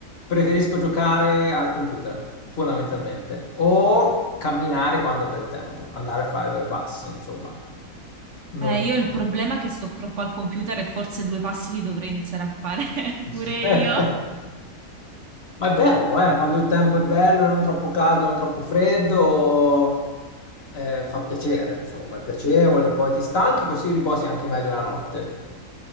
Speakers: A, on the left; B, on the right.
A: preferisco giocare al computer, fondamentalmente. O camminare quando è bel tempo, andare a fare due passi, insomma. Non-
B: Eh, io il problema è che sto troppo al computer e forse due passi li dovrei iniziare a fare <laughs>
A: <laughs>
B: pure io.
A: Ma è bello, eh? Quando il tempo è bello, non troppo caldo, non troppo freddo, eh, fa piacere, insomma, è piacevole,
B: Mm, mm,
A: poi ti stanchi, così riposi anche meglio la notte.